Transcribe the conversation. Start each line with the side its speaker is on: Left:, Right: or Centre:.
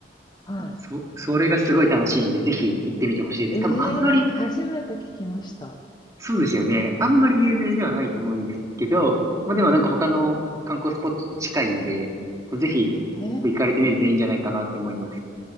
Left: はい。
Right: そ、それがすごい楽しいんで、ぜひ行ってみてほしいです。
Left: ええ初めて聞きました。
Right: 多分あんまりそうですよね。あんまり有名ではないと思うんですけど、
Left: う
Right: まあでもなんか他の観光スポットと近いんで、
Left: ん
Right: こうぜひこう行かれてみるといいんじゃないかなって思います。
Left: ええ